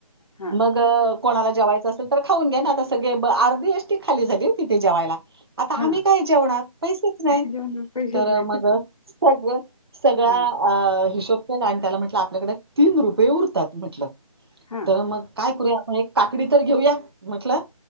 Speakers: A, on the left (about 75°); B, on the right (about 45°).
A: हां,
B: मग कोणाला जेवायचं असेल तर खाऊन घ्या ना आता सगळे अर्धी एष्टटी खाली झाली तिथे जेवायला आता
A: हां.
B: आम्ही काय जेवणार पैसेच नाही
A: जेवणाला पैसेच
B: तर
A: नाहीत.
B: मग सगळं सगळा
A: हां,
B: अ हिशोब केला आणि त्याला म्हटलं आपल्याकडे तीन रुपये उरतात म्हटलं.
A: हां.
B: तर मग काय करूया आपण एक काकडी तर घेऊया म्हटलं